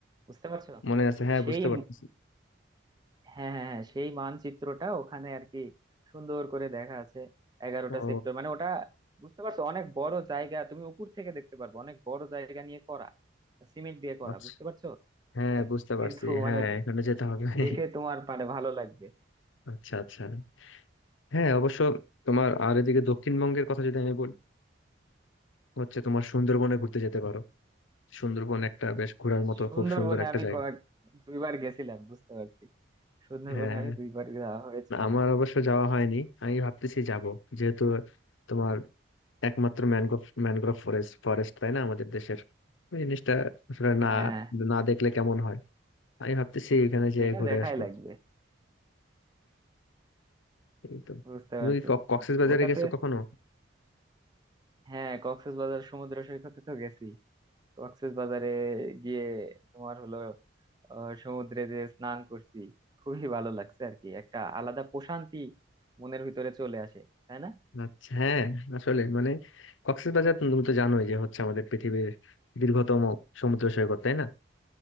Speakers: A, on the right; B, on the left.
A: বুঝতে পারছো
B: মনে আছে হ্যাঁ
A: সেই
B: বুঝতে পারছি
A: হ্যাঁ হ্যাঁ হ্যাঁ, সেই মানচিত্রটা ওখানে আর কি সুন্দর করে দেখা আছে এগারোটা
B: ও
A: সেক্টর মানে ওটা বুঝতে পারছো অনেক বড় জায়গা তুমি উপর থেকে দেখতে পারবে অনেক বড় জায়গা নিয়ে করা সিমেন্ট দিয়ে করা
B: আচ্ছা
A: বুঝতে পারছো
B: হ্যাঁ
A: মানে
B: বুঝতে পারছি
A: কিন্তু
B: হ্যাঁ
A: মানে
B: এখানে যেতে হবে <laughs>
A: দেখে তোমার মানে ভালো লাগবে
B: আচ্ছা আচ্ছা হ্যাঁ অবশ্য তোমার আর এদিকে দক্ষিণবঙ্গের কথা যদি আমি বলি হচ্ছে তোমার সুন্দরবনে ঘুরতে যেতে পারো সুন্দরবন একটা বেশ ঘোরার
A: হ্যাঁ
B: মতো
A: সুন্দরবনে
B: খুব সুন্দর একটা
A: আমি
B: জায়গা
A: কয়েক- দুইবার গেছিলাম বুঝতে পারছি সুন্দরবনে
B: হ্যাঁ
A: আমি দুইবার যাওয়া হয়েছে
B: না,
A: আমার
B: আমার অবশ্য যাওয়া হয়নি আমি ভাবতেছি যাব যেহেতু তোমার একমাত্র ম্যানগ্রোভ ম্যানগ্রোভ ফরেস্ট ফরেস্ট তাই না আমাদের দেশের এই জিনিসটা আসলে
A: হ্যাঁ
B: না না দেখলে কেমন হয় আমি ভাবতেছি এখানে যে
A: এটা
B: ঘুরে
A: দেখাই
B: আসবো
A: লাগবে
B: এই তো
A: বুঝতে
B: তুমি
A: পারছি
B: কি ক-
A: বুঝতে
B: কক্সবাজারে
A: পারছি ওটাতে
B: গেছো কখনো
A: হ্যাঁ কক্সবাজার সমুদ্র সৈকতে তো গেছি কক্সবাজারে গিয়ে তোমার হলো আহ, সমুদ্রে যে স্নান করছি খুবই ভালো লাগছে আর কি একটা আলাদা প্রশান্তি মনের ভিতরে চলে আসে তাই না
B: আচ্ছা হ্যাঁ আসলে মানে কক্সবাজার তো তুমি তো জানোই যে হচ্ছে আমাদের পৃথিবীর দীর্ঘতম সমুদ্র সৈকত তাই না